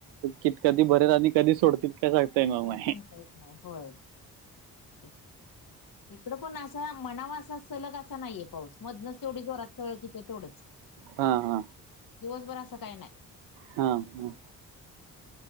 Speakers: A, on the right (about 70°); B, on the left (about 45°).
A: क कधी भरेल आणि कधी सोडतील काय सांगता येणार
B: काय
A: नाही.
B: सांगता येत नाही. होय. <unintelligible> इकडं पण असा म्हणावा असा सलग असा नाहीये पाऊस मधनच तेवढी जोरात सळक येती तेवढंच. <inaudible>
A: हा हा.
B: दिवसभर असं काय नाही.
A: हा हा.